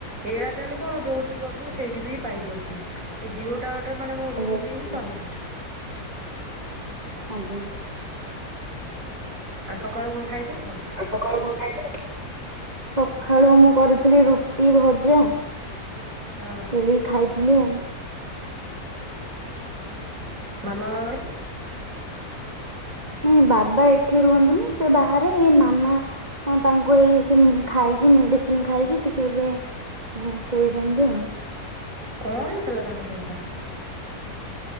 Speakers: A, on the right (about 60°); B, on the right (about 25°).
A: ଏଆରଟେଲ କଣ ଯୋଉଠି ବସିବୁ ସେଇଠି ବି ପାଇଯାଉଛି। ଏ ଜିଓ ଟାୱାର ଟା ମାନେ ମୋ ରୁମ୍
B: ଏବେ ଅଛି
A: ରେ ହିଁ ପାଉନାହିଁ।
B: ଆଜ୍ଞା।
A: ଆଜି ସକାଳୁ କଣ ଖାଇଥିଲେ? କଣ
B: ଆଜି ସକାଳୁ କଣ ଖାଇଥିଲେ? ସଖାଳୁଆ ମୁଁ କରିଥିଲି ରୁଟି ଭଜା
A: ହଁ
B: ସେଇ ଖାଇଥି ଥିଲୁ ଆଉ
A: ମାମା ବାବା
B: ନାଇଁ ବାବା ଏଠି ରୁହନ୍ତିନି ସେ ବାହାରେ ଏ ମାମା ହଁ ତାଙ୍କୁ ଏଇ ସିମ୍ ଖାଇ ଇଏ ମେଡିସିନ ଖାଇକି ଟିକେ ଏବେ ଏଁ ଶୋଇଛନ୍ତି ଆଉ।
A: କଣ ହେଇଥିଲା ତାଙ୍କ ଦେହ ଖରାପ।